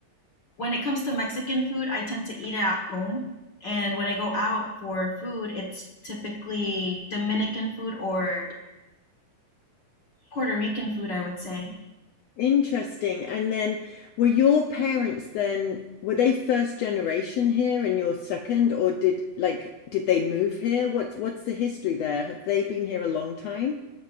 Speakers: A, on the left; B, on the left.
A: when it comes to Mexican food, I tend to eat it at home, and when I go out for food, it's typically Dominican food or Puerto Rican food, I would say.
B: Interesting. And then were your parents then, were they first generation here and you're second, or did like did they move here? What's what's the history there? Have they been here a long time?